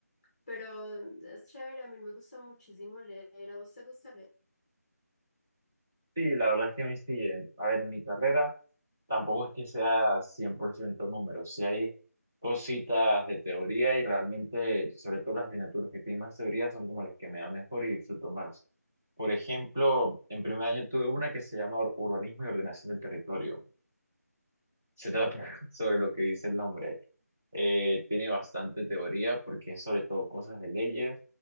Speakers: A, on the left; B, in the centre.
A: Pero es chévere, a mí me gusta muchísimo leer. ¿A vos te gusta leer?
B: Sí, la verdad es que a mí sí, eh, a ver, en mi carrera tampoco es que sea 100% números, sí hay cositas de teoría y realmente, sobre todo las asignaturas que tienen más teoría son como las que me dan mejor y disfruto más. Por ejemplo, en primer año tuve una que se llama Ur- Urbanismo y Ordenación del Territorio. Se trata <laughs> sobre lo que dice el nombre. Eh, tiene bastante teoría porque es sobre todo cosas de leyes